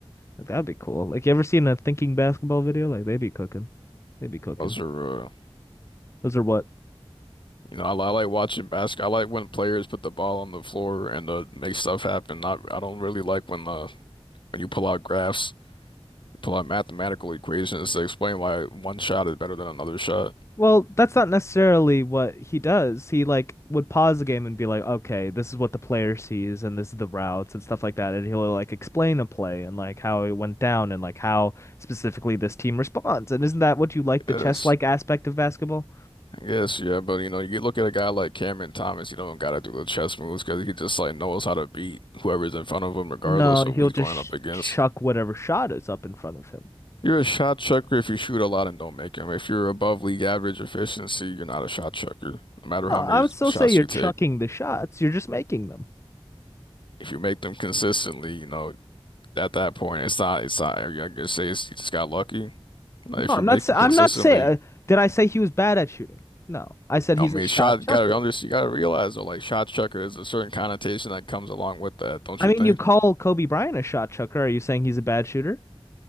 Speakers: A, on the left (about 30°); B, on the left (about 55°).
A: Like that'd be cool. Like you ever seen a thinking basketball video? Like they be cooking. They be cooking.
B: Those are uh,
A: Those are what
B: you know I, li- I like watching basketball. I like when players put the ball on the floor and uh, make stuff happen. Not I don't really like when uh when you pull out graphs. to like mathematical equations to explain why one shot is better than another shot.
A: Well, that's not necessarily what he does. He like would pause the game and be like, "Okay, this is what the player sees, and this is the routes and stuff like that." And he'll like explain a play and like how it went down and like how specifically this team responds. And isn't that what you like the
B: Yes,
A: chess-like aspect of basketball?
B: I guess, yeah, but you know, you look at a guy like Cameron Thomas, you don't gotta do the chess moves because he just like knows how to beat whoever's in front of him, regardless
A: No, he'll
B: of who he's
A: just
B: going
A: sh
B: up against.
A: chuck whatever shot is up in front of him.
B: You're a shot chucker if you shoot a lot and don't make them. If you're above league average efficiency, you're not a shot chucker. No matter
A: No,
B: how
A: I
B: many
A: would still
B: shots
A: say you're
B: you
A: chucking
B: take,
A: the shots. You're just making them.
B: if you make them consistently, you know, at that point, it's not, it's not, I guess say it's, you just got lucky. Like,
A: No,
B: if
A: I'm
B: you make
A: not. sa-
B: them
A: I'm
B: consistently,
A: not saying. Uh, did I say he was bad at shooting? No, I said
B: I
A: he's
B: mean,
A: a shot
B: shot
A: chucker.
B: gotta under you gotta realize though, like shot chucker is a certain connotation that comes along with that, don't
A: I
B: you
A: mean,
B: think?
A: you call Kobe Bryant a shot chucker. Are you saying he's a bad shooter?